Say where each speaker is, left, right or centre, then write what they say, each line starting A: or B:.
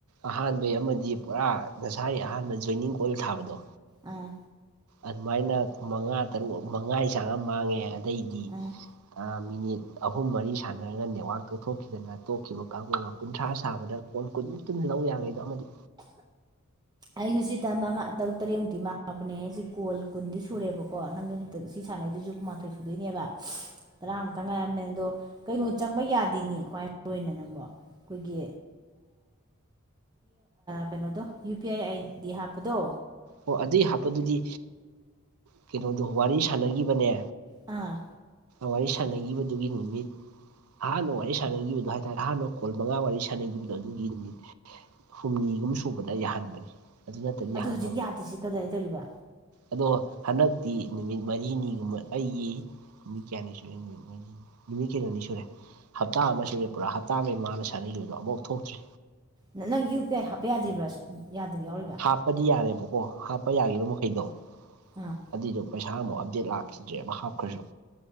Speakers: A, on the right (about 85°); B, on the right (about 20°).
A: ꯑꯍꯥꯟꯕ ꯑꯃꯗꯤ ꯄꯨꯔꯥ ꯉꯁꯥꯏꯒꯤ ꯑꯍꯥꯟꯕ ꯖꯣꯏꯅꯤꯡ ꯀꯣꯜ ꯊꯥꯕꯗꯣ
B: ꯑꯥ
A: ꯑꯗꯨꯃꯥꯏꯅ ꯃꯉꯥ ꯇꯔꯨꯛ ꯃꯉꯥꯒꯤ ꯆꯥꯡ ꯑꯃ ꯃꯥꯡꯉꯦ ꯑꯗꯩꯗꯤ
B: ꯑꯥ
A: ꯃꯤꯅꯤꯠ ꯑꯍꯨꯝ ꯃꯔꯤ ꯁꯥꯟꯅꯔꯒ ꯅꯦꯠꯋꯥꯔꯛ ꯇꯧꯊꯣꯛꯈꯤꯗꯅ ꯇꯣꯛꯈꯤꯕ ꯀꯥꯡꯕꯨ ꯑꯃ ꯀꯨꯟꯊ꯭ꯔꯥ ꯁꯥꯕꯗ ꯀꯣꯟ ꯀꯨꯟꯃꯨꯛꯇꯨ ꯂꯧ ꯌꯥꯉꯩꯗꯣ ꯑꯃꯗꯤ
B: ꯑꯩꯁꯨ ꯁꯤꯉꯥ ꯇꯔꯨꯛ ꯇꯔꯦꯠꯃꯨꯛꯇꯤ ꯃꯥꯡꯉꯕꯅꯦ ꯑꯩ ꯁꯤ ꯀꯣꯜ ꯀꯨꯟꯗꯤ ꯁꯨꯔꯦꯕꯀꯣ ꯅꯪꯒ ꯁꯤ ꯁꯥꯟꯅꯩꯗꯨꯁꯨꯨ ꯀꯨꯟꯃꯥꯊꯣꯏ ꯁꯨꯗꯣꯏꯅꯦꯕ ꯇꯔꯥꯃꯨꯛꯇꯪ ꯉꯥꯏꯔꯝꯅꯦ ꯑꯗꯣ ꯀꯩꯅꯣ ꯆꯪꯕ ꯌꯥꯗꯦꯅꯤ ꯈ꯭ꯋꯥꯏ ꯃꯔꯨ ꯑꯣꯏꯅ ꯅꯪꯕ ꯑꯩꯈꯣꯏꯒꯤ ꯀꯩꯅꯣꯗꯣ ꯌꯨ ꯄꯤ ꯑ ꯑꯗꯤ ꯍꯥꯄꯗꯣ
A: ꯑꯣ ꯑꯗꯨꯏ ꯍꯥꯞꯄꯗꯨꯗꯤ ꯀꯩꯅꯣꯗꯣ ꯋꯥꯔꯤ ꯁꯥꯟꯅꯈꯤꯕꯅꯦ
B: ꯑꯥ
A: ꯋꯥꯔꯤ ꯁꯥꯟꯅꯈꯤꯕꯗꯨꯒꯤ ꯅꯨꯃꯤꯠ ꯑꯍꯥꯟꯕꯅ ꯋꯥꯔꯤ ꯁꯥꯟꯅꯈꯤꯕꯗꯣ ꯍꯥꯏꯇꯥꯔꯦ ꯑꯍꯥꯟꯕ ꯀꯣꯜ ꯃꯉꯥ ꯋꯥꯔꯤ ꯁꯥꯟꯅꯈꯤꯕꯗꯣ ꯑꯗꯨꯒꯤ ꯅꯨꯃꯤꯠ ꯍꯨꯝꯅꯤꯒꯨꯝ ꯁꯨꯕꯗ ꯌꯥꯍꯟꯕꯅꯤ ꯑꯗꯨ ꯅꯠꯇꯗꯤ
B: ꯑꯗꯣ
A: ꯌꯥꯍꯟꯗꯕꯅꯤ
B: ꯍꯧꯖꯤꯛ ꯌꯥꯗꯦꯁꯤ ꯀꯗꯥꯏꯗꯧꯔꯤꯕ
A: ꯑꯗꯣ ꯍꯟꯗꯛꯇꯤ ꯅꯨꯃꯤꯠ ꯃꯔꯤꯅꯤꯒꯨꯝꯕ ꯑꯩꯒꯤ ꯅꯨꯃꯤꯠ ꯀꯌꯥꯅꯤ ꯁꯨꯔꯦ ꯅꯨꯃꯤꯠ ꯅꯨꯃꯤꯠ ꯀꯩꯅꯣꯅꯤ ꯁꯨꯔꯦ ꯍꯞꯇꯥ ꯑꯃ ꯁꯨꯔꯦ ꯄꯨꯔꯥ ꯍꯞꯇꯥ ꯑꯃꯒꯤ ꯃꯥꯅ ꯁꯥꯟꯅꯈꯤꯕꯗꯣ ꯑꯃꯨꯐꯥꯎ ꯊꯣꯛꯇ꯭ꯔꯤ
B: ꯅ ꯅꯪ ꯌꯨ ꯄꯤ ꯑꯥꯏ ꯍꯥꯞꯄ ꯌꯥꯗ꯭ꯔꯤꯕ꯭ꯔꯥ ꯌꯥꯗꯕ ꯌꯥꯎꯔꯤꯕ꯭ꯔꯥ
A: ꯍꯥꯞꯄꯗꯤ ꯌꯥꯔꯦꯕꯀꯣ ꯍꯥꯞꯄ ꯌꯥꯔꯣ ꯃꯈꯩꯗꯣ
B: ꯑꯥ
A: ꯑꯗꯨꯏꯗꯣ ꯄꯩꯁꯥ ꯑꯃꯨꯛ ꯑꯞꯗꯦꯗ ꯂꯥꯛꯈꯤꯗ꯭ꯔꯦ ꯑꯃ ꯍꯥꯞꯈ꯭ꯔꯁꯨ